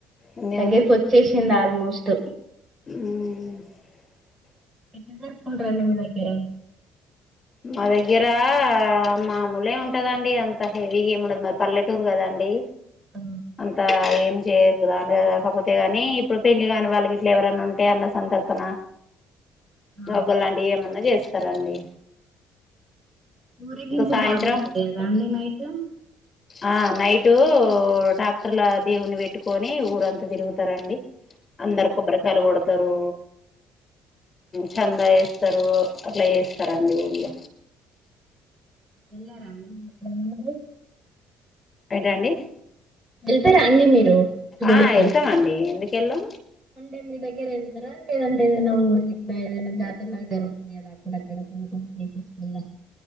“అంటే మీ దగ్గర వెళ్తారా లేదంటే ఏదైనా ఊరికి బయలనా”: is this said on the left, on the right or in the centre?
Right